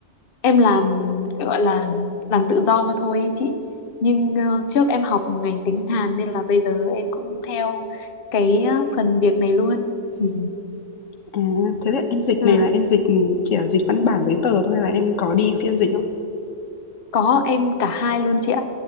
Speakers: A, on the left (about 50°); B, on the left (about 85°).
A: em làm gọi là làm tự do thôi ý chị nhưng ờ, trước em học ngành tiếng Hàn nên là bây giờ em cũng theo cái ờ, phần việc này luôn <laughs>
B: À, thế là em dịch
A: Ừ,
B: này là em dịch chỉ là dịch văn bản giấy tờ thôi hay là em có đi phiên dịch không?
A: có em cả hai luôn chị ạ